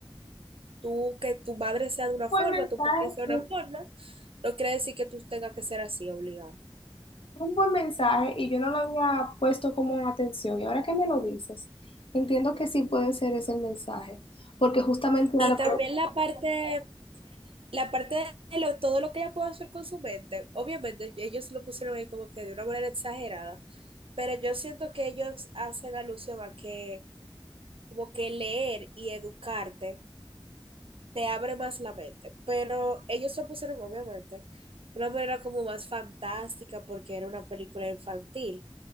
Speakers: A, on the right; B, on the left.
A: tú, que tu madre sea de una
B: Buen
A: forma,
B: mensaje,
A: tu padre sea
B: sí,
A: de una forma, no quiere decir que tú tengas que ser así obligado.
B: un buen mensaje y yo no lo había puesto como en atención. Y ahora que me lo dices, entiendo que sí puede ser ese el mensaje, porque justamente era
A: Y
B: lo
A: también la parte La parte de lo- todo lo que ella puede hacer con su mente, obviamente ellos lo pusieron ahí como que de una manera exagerada, pero yo siento que ellos hacen alusión a que como que leer y educarte te abre más la mente, pero ellos lo pusieron obviamente de una manera como más fantástica porque era una película infantil,